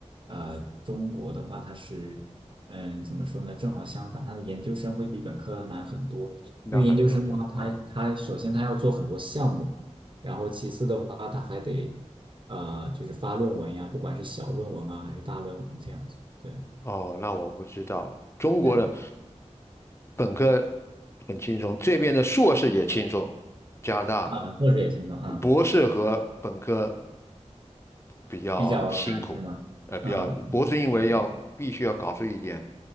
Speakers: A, on the right; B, on the left.
A: 呃中国的话，它是嗯怎么说呢，正好相反，他的研究生会比本科难很多，
B: 那很多是吧？
A: 因为研究生的话，他他首先他要做很多项目。
B: 哦
A: 然后其次的话，他还得呃，就是发论文呀，不管是小论文啊还是大论文这样子。对
B: 哦，那我不知道，中国的
A: 对
B: 本科很轻松，这边的硕士也轻松，加拿大。
A: 啊，硕士也轻松啊，
B: 博士和本科比较辛苦，
A: 比较难是吗？
B: 呃，比较博士因为要必须要搞出一点
A: 嗯嗯嗯，比较轻